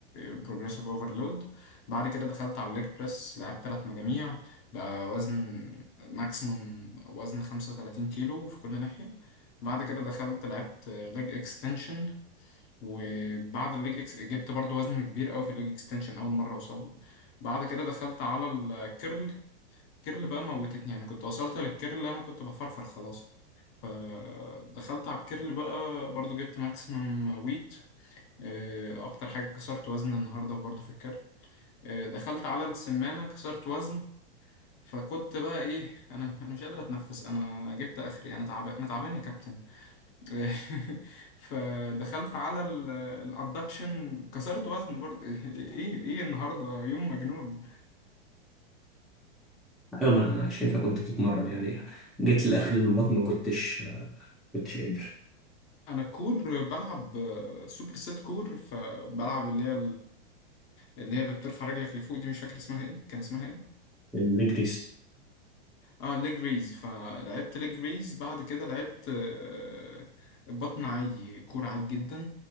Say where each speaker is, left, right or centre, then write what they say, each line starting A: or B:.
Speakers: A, on the left (about 35°); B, in the centre.
A: بروجريسيف اوفرلود بعد كده دخلت على الليج بريس لعبت تلات مجاميع بقى وزن ماكسيموم وزن 35 كيلو في كل ناحيه بعد كده دخلت لعبت ليج اكستنشن وبعد الليج اكس جبت برضو وزن كبير قوي في الليج اكستنشن اول مره اوصله بعد كده دخلت على الكيرل كيرل بقى موتتني يعني كنت وصلت للكيرل انا كنت بفرفر خلاص فدخلت على الكيرل بقى برضو جبت ماكسيمم ويت آه، اكتر حاجه كسرت وزن النهارده برضو في الكيرل آه، دخلت على السمانه كسرت وزن فكنت بقى ايه انا انا مش قادر اتنفس انا جبت اخري انا تعبان انا تعبان يا كابتن <laughs> فدخلت على الادكشن كسرت وزن برضه <laughs> ايه ايه النهارده يوم مجنون
B: أيوة ما أنا شايفها كنت بتتمرن يعني جيت لآخر البطن ما كنتش كنتش قادر
A: انا كور بلعب سوبر سيت كور فبلعب اللي هي اللي هي بترفع رجلك لفوق دي مش فاكر اسمها ايه كان اسمها ايه
B: النجريس
A: اه ليج ريز فلعبت ليج ريز بعد كده لعبت آه، بطن عادي كورة عادي جدا